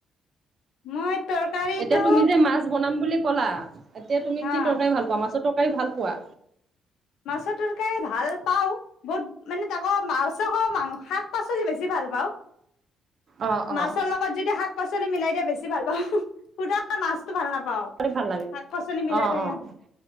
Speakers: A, on the left; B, on the right.
A: মই তৰকাৰীটো
B: এতিয়া তুমি যে মাছ বনাম বুলি ক'লা। এতিয়া তুমি কি
A: অ',
B: তৰকাৰী ভাল পা মাছৰ তৰকাৰী ভাল পোৱা?
A: মাছ তৰ্কাৰি ভালপাওঁ, বহুত মানে আকৌ মাছ খা শাক-পাচলি বেছি ভাল পাওঁ।
B: অ অ
A: মাছৰ লগত যদি শাক পাচলি মিলাই দিয়া বেছি ভাল পাওঁ শোদা মাছ ভাল নাপাওঁ
B: ভাল লাগে
A: শাক পাচলি মিলাই
B: অ
A: থাকে
B: অ